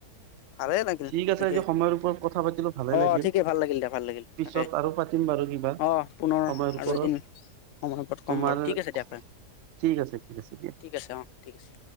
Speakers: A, on the left (about 75°); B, on the right (about 80°).
A: ভালে লাগিল
B: ঠিক আছে
A: ঠিকেই
B: আজি সময়ৰ ওপৰত কথা পাতিলোঁ, ভালে
A: অ
B: লাগিল।
A: ঠিকেই ভাল লাগিল দিয়া ভাল লাগিল
B: পিছত
A: তাকে
B: আৰু পাতিম বাৰু কিবা,
A: অ পুনৰ
B: সময়ৰ ওপৰত।
A: আৰু এদিন সময় পত ক'ম
B: তোমাৰ,
A: বাৰু ঠিক আছে
B: ঠিক
A: দিয়া ফ্ৰেণ্ড
B: আছে, ঠিক আছে দিয়া।
A: ঠিক আছে। অঁ, ঠিক আছে।